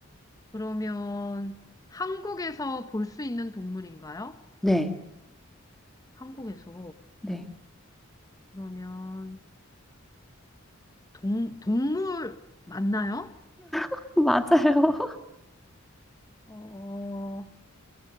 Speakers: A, on the left; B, in the centre.
A: 그러면 한국에서 볼 수 있는 동물인가요?
B: 네.
A: 한국에서.
B: 네.
A: 그러면 동, 동물 맞나요?
B: <laughs> 맞아요. <laughs>
A: 어,